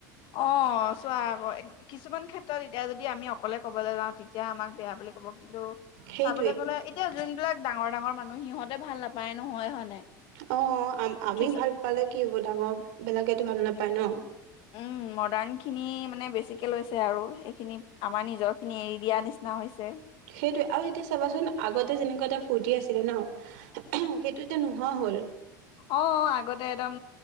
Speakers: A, on the left; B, on the right.
A: অ', চোৱা আক' কিছুমান ক্ষেত্ৰত এতিয়া যদি আমি অকলে ক'বলে যাওঁ তেতিয়া আমাক বেয়া বুলি ক'ব। <unintelligible>
B: সেইটোৱে
A: চাবলৈ গ'লে এতিয়া যোনবিলাক ডাঙৰ ডাঙৰ মানুহ, সিহঁতে ভাল নাপায় নহয় হয় নাই?
B: অ', আমি
A: কিছু
B: ভাল পালে কি হব? ডাঙৰ বিলাকেতো ভাল নাপ নাপাই ন?
A: উম মডাৰ্ণখিনি মানে বেছিকে লৈছে আৰু সেইখিনি, আমাৰ নিজৰখিনি এৰি দিয়া নিচিনা হৈছে।
B: সেইটোৱে, আৰু এতিয়া চাবাচোন আগতে যেনেকুৱা এটা ফূৰ্তি আছিলে ন সেইটো এতিয়া নোহোৱা হ'ল।
A: অ', আগতে এদম